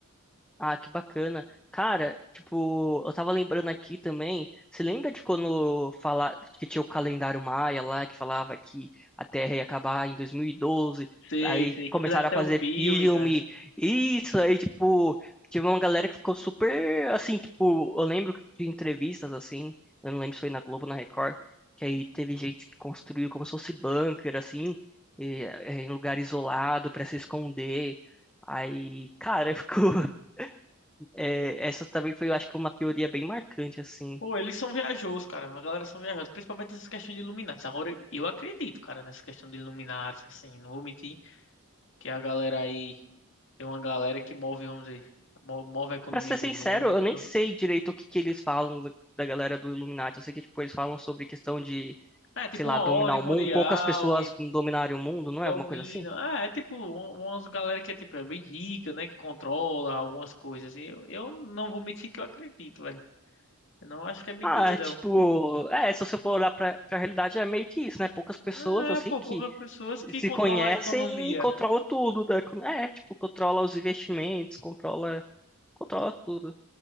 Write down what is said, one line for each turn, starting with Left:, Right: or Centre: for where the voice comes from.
Centre: Ah, que bacana. Cara, tipo, eu tava lembrando aqui também. Você lembra de quando falar que tinha o calendário Maia lá, que falava que a Terra ia acabar em 2012?
Left: Sei,
Centre: Aí
Left: sei, que
Centre: começaram
Left: fizeram até
Centre: a fazer
Left: o filme,
Centre: filme.
Left: cara.
Centre: Isso aí, tipo, tive uma galera que ficou super assim, tipo, eu lembro de entrevistas assim, eu não lembro se foi na Globo, ou na Record, que aí teve gente que construiu como se fosse bunker assim, e- eh, em lugar isolado pra se esconder. Aí, cara, ficou <laughs> É, essa também foi, eu acho que uma teoria bem marcante, assim.
Left: Pô, eles são viajosos, cara. A galera são viajosos, principalmente essas questões de Illuminati. Agora, eu acredito, cara, nessa questão de Illuminati, assim, não vou mentir, que a galera aí tem uma galera que move, vamos dizer, mo- move a economia
Centre: Pra ser sincero,
Left: do mundo.
Centre: eu nem sei direito o que que eles falam do- da galera do Illuminati. Eu sei que, tipo, eles falam sobre questão de,
Left: É, tipo
Centre: sei lá,
Left: uma
Centre: dominar
Left: ordem
Centre: o
Left: mundial
Centre: mundo. Poucas pessoas dominarem o mundo, não
Left: Domina.
Centre: é? Alguma coisa assim?
Left: Ah, é tipo um- umas galera que é tipo é bem rica, né? Que controla algumas coisas. assim. Eu, eu não vou mentir que eu acredito, velho. Eu não acho que é mentira,
Centre: Ah, é
Left: não.
Centre: tipo,
Left: Porque...
Centre: é, se você for olhar pra, pra realidade, é meio que isso, né? Poucas pessoas,
Left: Ah,
Centre: assim,
Left: é, pô,
Centre: que
Left: poucas pessoas que
Centre: se
Left: controlam
Centre: conhecem
Left: a economia.
Centre: e controla tudo, né? É, tipo, controla os investimentos, controla, controla tudo.